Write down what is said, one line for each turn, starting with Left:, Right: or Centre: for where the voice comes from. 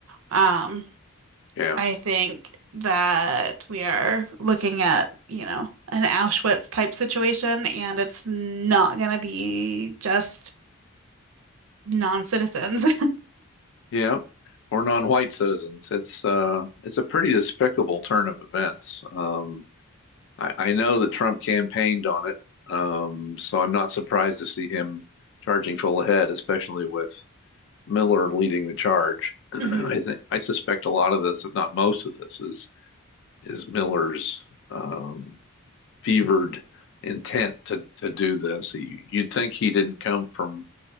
Right: Um,
Left: Yeah.
Right: I think that we are looking at, you know, an Auschwitz type situation, and it's not going to be just non-citizens. <laughs>
Left: Yeah, or non-white citizens. It's uh, it's a pretty despicable turn of events. Um, I, I know that Trump campaigned on it, um, so I'm not surprised to see him charging full ahead, especially with Miller leading the charge. <clears throat> I
Right: Mhm.
Left: think I suspect a lot of this, if not most of this, is is Miller's um, fevered intent to to do this. You, you'd think he didn't come from